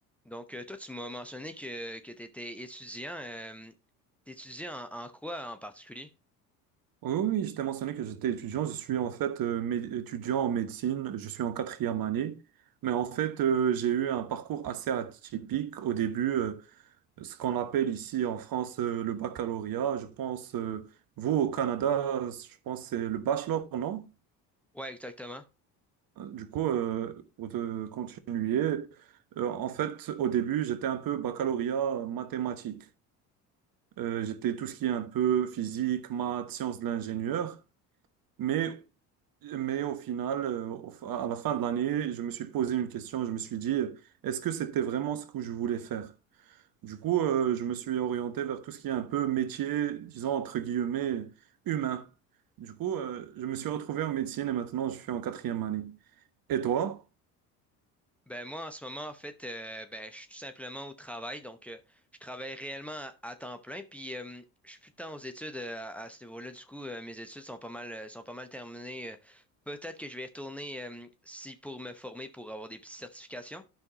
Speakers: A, in the centre; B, on the right.
A: Donc, euh, toi, tu m'as mentionné que, que tu étais étudiant. Euh, t'étudiais en, en quoi en particulier?
B: Oui, oui, je t'ai mentionné que j'étais étudiant. Je suis en fait euh, mé- étudiant en médecine. Je suis en quatrième année. Mais en fait, euh, j'ai eu un parcours assez atypique. Au début, euh, ce qu'on appelle ici en France euh, le baccalauréat. Je pense, euh, vous au Canada, je pense que c'est le bachelor, non?
A: Ouais, exactement.
B: Euh, Du coup, euh, pour te continuer, euh, en fait, au début, j'étais un peu baccalauréat mathématique. Euh, j'étais tout ce qui est un peu physique, maths, sciences de l'ingénieur. Mais Mais au final, euh, au fi- à la fin de l'année, je me suis posé une question. Je me suis dit, euh, est-ce que c'était vraiment ce que je voulais faire? Du coup, euh, je me suis orienté vers tout ce qui est un peu métier, disons entre guillemets, humain. Du coup, euh, je me suis retrouvé en médecine et maintenant je suis en quatrième année. Et toi?
A: Ben moi en ce moment en fait euh, ben je suis tout simplement au travail donc euh, je travaille réellement à, à temps plein puis euh, je suis plus tant aux études euh, à, à ce niveau-là du coup euh, mes études sont pas mal euh, sont pas mal terminées euh, peut-être que je vais y retourner euh, si pour me former pour avoir des petites certifications